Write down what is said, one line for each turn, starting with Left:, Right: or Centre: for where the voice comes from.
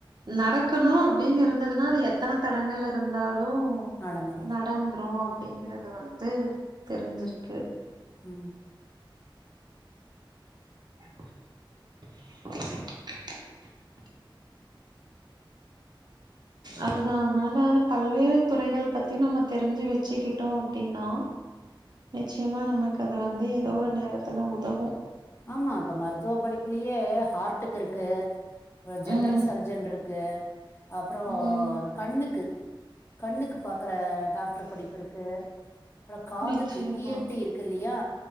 Right: நடக்கணு அப்டின் இருந்ததுன்னா அது எத்தன தடங்கல் இருந்தாலு
Left: நடந்துரு
Right: நடந்த்ரு அப்படிங்கிறத வந்து தெரிஞ்சிருக்கு
Left: ம்
Right: <unintelligible>
Left: <inaudible>
Right: அதுதா அனால பல்வேறு துறைகள் பத்தி நம்ம தெரிஞ்சு வச்சிக்கிட்டோ அப்டின்னா நிச்சயமா நமக் அது வந்து ஏதோ ஒரு நேரத்துல உதவு
Left: ஆமா அப்ப மருத்துவ படிப்புலியே ஹார்ட்டுக்குருக்கு வ ஜென்ரல்
Right: ம்,
Left: சர்ஜன்ருக் கு அப்றோ
Right: ம்.
Left: இனு கண்ணுக்கு கண்ணுக்கு பாக்கறன் டாக்டர் படிப்புருக்கு ப்ற காதுக்கு
Right: நிச்சயமா.
Left: ஈஎன்டி இருக்கு இல்லையா